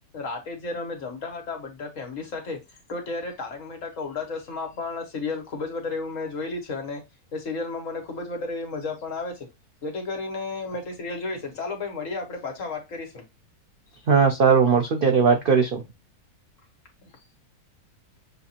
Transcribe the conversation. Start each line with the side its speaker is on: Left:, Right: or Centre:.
Left: રાતે જયારે અમે જમતા હતા બધા ફેમિલી સાથે તો ત્યારે તારક મહેતા મહેતા કા ઉલ્ટા ચશ્મા પણ સરિયલ ખુબ જ વધારે એવું મે જોયેલી છે અને તે સિરિલમાં મને ખૂબ જ વધારે મજા પણ આવે છે જેથી કરીને મે તે સરલ જોઈ છે. ચાલો ભાઈ મળીએ આપડે પાછા વાત કરીશું.
Right: હા સારું મળશુ ત્યારે વાત કરીશું.
Left: <inaudible>